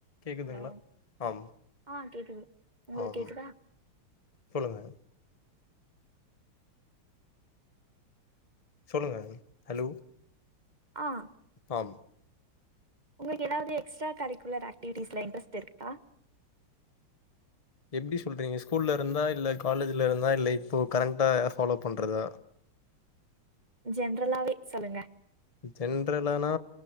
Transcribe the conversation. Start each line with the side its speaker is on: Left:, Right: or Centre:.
Left: கேக்குதுங்களா
Right: ஹலோ
Left: ஆம்
Right: ஆ கேக்குது உங்களுக்கு
Left: ஆம்
Right: கேக்குதா
Left: சொல்லுங்க சொல்லுங்க ஹலோ
Right: ஆ
Left: ஆம்
Right: உங்களுக்கு ஏதாவது எக்ஸ்ட்ரா கரிக்குலர் ஆக்டிவிட்டிஸ்ல இன்டரெஸ்ட் இருக்கா
Left: எப்டி சொல்றீங்க ஸ்கூல்ல இருந்தா இல்ல காலேஜ்ல இருந்தா இல்ல இப்போ கரன்ட்டா ஃபாலோ பண்றதா
Right: ஜென்ரலாவே சொல்லுங்க
Left: ஜென்ரலானா